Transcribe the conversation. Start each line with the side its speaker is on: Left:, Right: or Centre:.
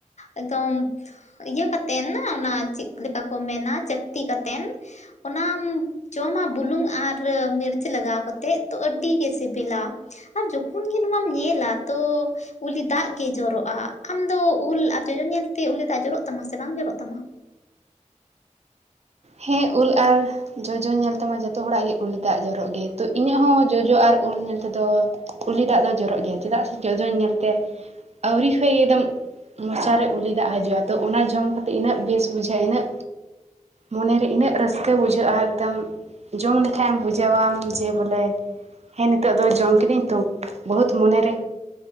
Left: ᱮᱠᱫᱚᱢ ᱤᱭᱟᱹ ᱠᱟᱛᱮᱫ, ᱚᱱᱟ ᱪᱮᱫ ᱞᱮᱠᱟ ᱠᱚ ᱢᱮᱱᱟ, ᱪᱟᱹᱠᱛᱤ ᱠᱟᱛᱮᱱ ᱚᱱᱟᱢ ᱡᱚᱢᱟᱜ ᱵᱩᱞᱩᱝ ᱟᱨ ᱢᱤᱨᱤᱪ ᱞᱟᱜᱟᱣ ᱠᱟᱛᱮᱫ ᱛᱚ ᱟᱹᱰᱤᱜᱮ ᱥᱤᱵᱤᱞᱟ ᱟᱨ ᱡᱚᱠᱷᱚᱱ ᱜᱮ ᱱᱚᱣᱟᱢ ᱧᱮᱞᱟ ᱛᱚ ᱩᱞᱤ ᱫᱟᱜ ᱜᱮ ᱡᱚᱨᱚᱜᱼᱟ᱾ ᱟᱢᱫᱚ ᱩᱞ ᱟᱨ ᱡᱚᱡᱚ ᱧᱮᱞᱛᱮ ᱩᱞᱤ ᱫᱟᱜ ᱡᱚᱨᱚᱜ ᱛᱟᱢᱟ ᱥᱮ ᱵᱟᱝ ᱡᱚᱨᱚᱜ ᱛᱟᱢᱟ?
Right: ᱦᱮᱸ ᱩᱞ ᱟᱨ ᱡᱚᱡᱚ ᱧᱮᱞ ᱛᱮᱢᱟ ᱡᱚᱛᱚ ᱦᱚᱲᱟᱜ ᱜᱮ ᱩᱞ ᱞᱮᱫᱟ ᱡᱚᱨᱚᱜ ᱜᱮ, ᱛᱚ ᱤᱧᱟᱹᱜ ᱦᱚᱸ ᱡᱚᱡᱚ ᱟᱨ ᱩᱞ ᱧᱮᱞ ᱛᱮᱫᱚ ᱩᱞᱤ ᱫᱟᱜ ᱫᱚ ᱡᱚᱨᱚᱜ ᱜᱮᱭᱟ ᱪᱮᱫᱟᱜ ᱥᱮ ᱡᱚᱡᱚᱱ ᱧᱮᱞᱛᱮ ᱟᱹᱣᱨᱤ ᱠᱷᱚᱱ ᱮᱠᱫᱚᱢ ᱢᱚᱪᱟᱨᱮ ᱩᱞᱤ ᱫᱟᱜ ᱦᱤᱡᱩᱜᱼᱟ ᱛᱚ ᱚᱱᱟ ᱡᱚᱢ ᱠᱟᱛᱮ ᱤᱱᱟᱹᱜ ᱵᱮᱥ ᱵᱩᱡᱷᱟᱹᱜᱼᱟ ᱤᱱᱟᱹᱜ ᱢᱚᱱᱮᱨᱮ ᱤᱱᱟᱹᱜ ᱨᱟᱹᱥᱠᱟᱹ ᱵᱩᱡᱷᱟᱹᱜᱼᱟ ᱮᱠᱫᱚᱢ ᱡᱚᱢ ᱞᱮᱠᱷᱟᱡᱢ ᱵᱩᱡᱷᱟᱹᱣᱟᱢ ᱡᱮ ᱵᱚᱞᱮ ᱦᱮᱸ ᱱᱤᱛᱚᱜ ᱫᱚ ᱡᱚᱢ ᱠᱤᱫᱟᱹᱧ ᱛᱚ ᱵᱚᱦᱩᱛ ᱢᱚᱱᱮᱨᱮ